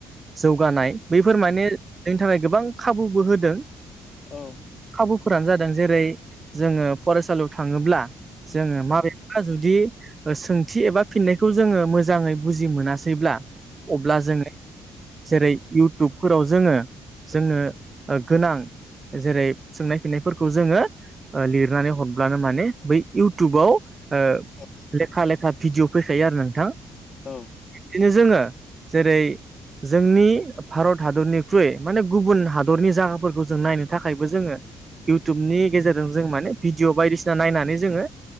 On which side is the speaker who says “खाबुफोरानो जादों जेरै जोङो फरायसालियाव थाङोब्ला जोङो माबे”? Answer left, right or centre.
Right